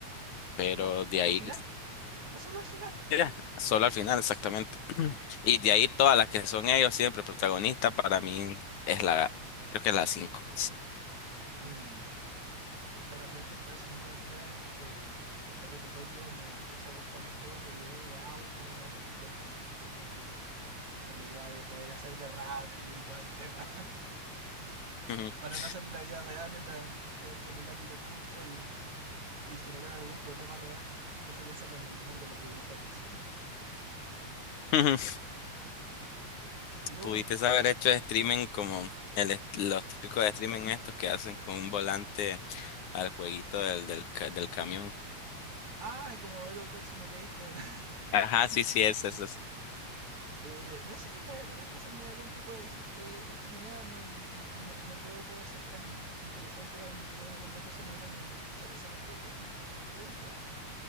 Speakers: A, on the left; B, on the right.
A: Pero
B: No,
A: de
B: hasta
A: ahí.
B: el final, hasta solo el final. <laughs>
A: Ya. Solo al final, exactamente. <clears throat> Y de ahí todas las que son ellos siempre protagonistas, para mí es la, creo que es la cinco
B: Mm, Bueno, de hecho, por eso mismo después eh, de Reto Tokio me empecé a gustar los juegos de video de autos, me compré un volante en ese tiempo con, con la idea de poder hacer derrape y todo el tema, <laughs>
A: Ujú. <laughs>
B: para no hacer la vida real en, la- en- en el ámbito público y, y generar algún problema real, prefería hacerlo en el mundo de los videojuegos.
A: Ujú.
B: <laughs> y tú,
A: Pudiste haber hecho streaming como el, est- los típicos de streaming estos que hacen con un volante al jueguito del, del, ca- del camión.
B: ah, como Euro Truck Simulator. <laughs>
A: Ajá, sí, sí, es eso.
B: Eh, no sé, la verdad las cosas me daría un poco de susto de streamear, no, no, no creo poder ser tan interesante para mantener una conversación hablando. O sea, se requiere técnica, se requiere trabajo.